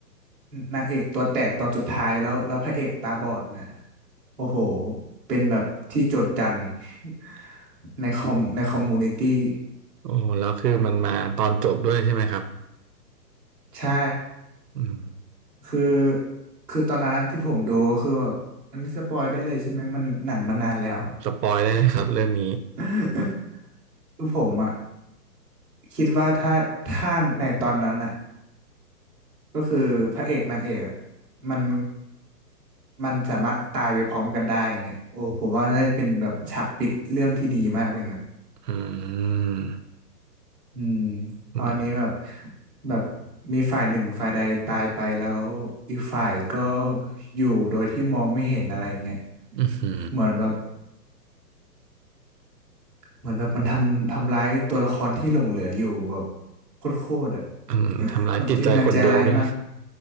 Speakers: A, in the centre; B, on the right.
A: นางเอกตัวแตกตอนสุดท้ายแล้วแล้วพระเอกตาบอดนะโอ้โหเป็นแบบที่โจษจันทร์ <laughs> ในคอมในคอมมูนิตี้
B: โอ้แล้วคือมันมาตอนจบด้วยใช่ไหมครับ
A: ใช่
B: อืม
A: คือคือตอนนั้นที่ผมดูคือแบบอันนี้สปอยได้เลยใช่ไหมมันหนังมานานแล้ว
B: สปอยได้เลยครับเรื่องนี้
A: <laughs> คือผมอ่ะคิดว่าถ้าถ้าในตอนนั้นอ่ะ ก็คือพระเอกนางเอกอะมันมันสามารถตายไปพร้อมกันได้อย่างเงี้ยโอ้ผมว่าได้เป็นแบบฉากปิดเรื่องที่ดีมากเลยนะ
B: อืม
A: อืม
B: อืม
A: ตอนนี้แบบแบบมีฝ่ายหนึ่งฝ่ายใดตายไปแล้วอีกฝ่ายก็อยู่โดยที่มองไม่เห็นอะไรเงี้ย
B: อืมื
A: เหมือนแบบเหมือนแบบมันทำทำร้ายตัวละครที่หลงเหลืออยู่แบบโคตรๆอ่ะ
B: ออืมทำร้ายจิตใจคนดูด้วย
A: <laughs> แบบทีมงานใจร้ายมาก